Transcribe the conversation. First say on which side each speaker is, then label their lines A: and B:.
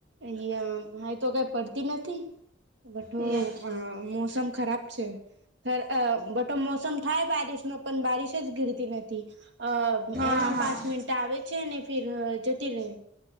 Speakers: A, on the right; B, on the right.
A: અહ આમ હાઈ તો કઈ પડતી નથી બઠો
B: એ
A: મોસમ ખરાબ છે અ બટો મોસમ થાય બારિશમાં પણ બારીશ જ ગીરતી નથી. અ
B: હા
A: એમાં
B: હા
A: પાંચ મિનિટ આવે છે, અને ફિર જતી રે